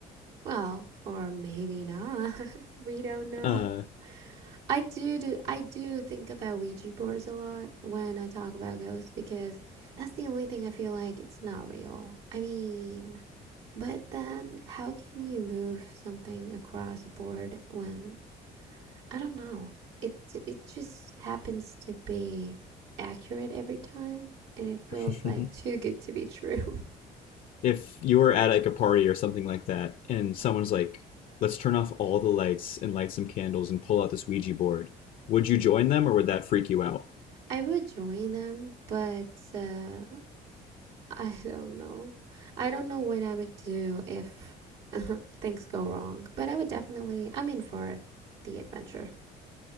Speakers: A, on the right (about 85°); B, on the left (about 55°).
A: well, or maybe not. <laughs> we don't know.
B: uh
A: I do, do I do think about Ouija boards a lot when I talk about ghosts because that's the only thing I feel like it's not real. I mean, but then how can you move something across a board when I don't know. It it just happens to be accurate every time and it feels
B: <laughs>
A: like too good to be true.
B: if you were at like a party or something like that, and someone's like, "Let's turn off all the lights and light some candles and pull out this Ouija board," would you join them or would that freak you out?
A: <laughs> I would join them, but uh I don't know. I don't know what I would do if <laughs> things go wrong, but I would definitely, I'm in for the adventure.